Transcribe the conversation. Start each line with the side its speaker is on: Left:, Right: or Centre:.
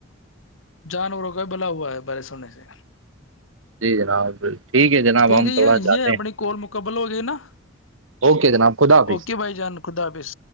Left: جانوروں کا بھلا ہوا ہے بڑے سونے سے
Right: جی جناب ٹھیک ہے جناب
Left: ٹھیک
Right: ہم
Left: ہے یہ
Right: تھوڑا جاتے
Left: یہ اپنی
Right: ہیں
Left: کال مکمل ہو گئی نا
Right: اوکے جناب خدا حافظ
Left: اوکے بھائی جان خدا حافظ